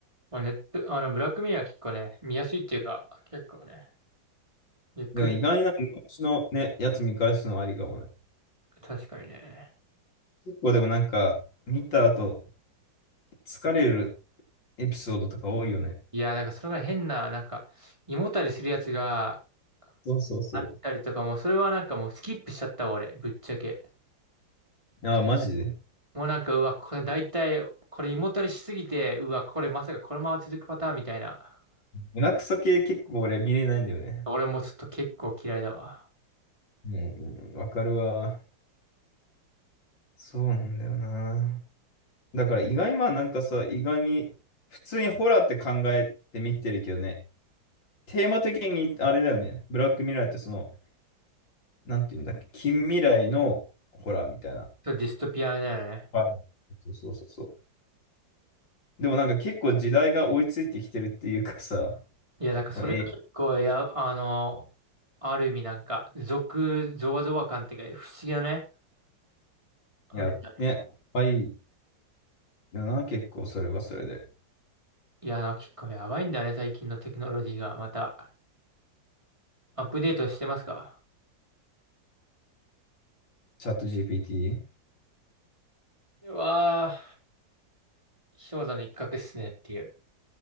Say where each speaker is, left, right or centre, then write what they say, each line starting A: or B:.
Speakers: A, on the right (about 15°); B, on the left (about 75°).
A: まあ、ネット、あの、ブラックミラー結構ね、見やすいっていうか、結構ね、ゆっくり、
B: でも意外な昔のね、やつ見返すのはありかもね。
A: 確かにね。
B: 結構でもなんか、見た後、疲れるエピソードとか多いよね。
A: いや、なんかそれが変な、なんか、胃もたれするやつが、
B: そうそうそ
A: あったりとかも、それはなんかもうスキップしちゃったわ、俺、ぶっちゃけ。
B: う。ああ、マジで。
A: もうなんか、うわ、これ大体、これ胃もたれしすぎて、うわ、これまさかこのまま続くパターンみたいな。
B: 胸クソ系結構俺見れないんだよね。
A: 俺もちょっと結構嫌いだわ。
B: うんうんうん、わかるわ。そうなんだよな。だから意外、まあなんかさ、意外に、普通にホラーって考えて見てるけどね。テーマ的にあれだよね。ブラックミラーってその、なんていうんだっけ、近未来のホラーみたいな。
A: ちょっとディストピアだよね。
B: はいそうそうそうそう。でもなんか結構時代が追いついてきてるっていうかさ、
A: いや、
B: <laughs>
A: なんかそれが結構、
B: この a い
A: いや、あの、ある意味なんか、俗、ゾワゾワ感っていうか、不思議だね。あれだね。
B: や、ね、可愛いよな、結構それはそれで。
A: いや、なんか結構やばいんだね、最近のテクノロジーが。また、アップデートしてますか
B: チャット GPT?
A: うわー、氷山の一角っすねっていう。